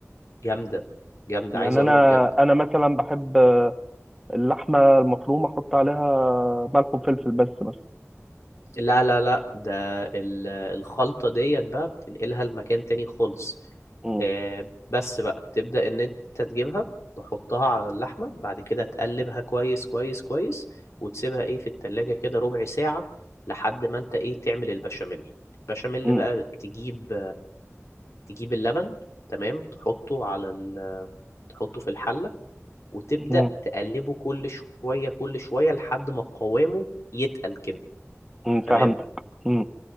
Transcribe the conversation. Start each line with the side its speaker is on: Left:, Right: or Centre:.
Left: جامدة جامدة
Centre: يعني
Left: عايز اقول
Centre: انا
Left: لك جامدة
Centre: انا مثلا بحب اللحمه المفرومه احط عليها ملح وفلفل بس مثلا
Left: لا لا لا ده ال- الخلطة ديت بقى بتنقلها لمكان تاني خالص
Centre: مم.
Left: آه، بس بقى تبدأ ان انت تجيبها تحطها على اللحمة بعد كده تقلبها كويس كويس كويس وتسيبها ايه في التلاجة كده ربع ساعة لحد ما انت ايه تعمل البشاميل بشاميل
Centre: مم.
Left: بقى تجيب تجيب اللبن تمام تحطه على ال تحطه في الحلة وتبدأ
Centre: مم.
Left: تقلبه كل شوية كل شوية لحد ما قوامه يتقل كده
Centre: مم. فهمتك
Left: تمام
Centre: مم.